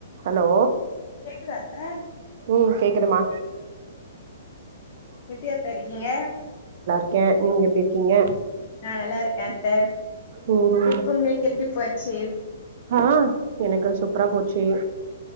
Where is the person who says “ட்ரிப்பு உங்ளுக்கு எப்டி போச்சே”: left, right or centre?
Left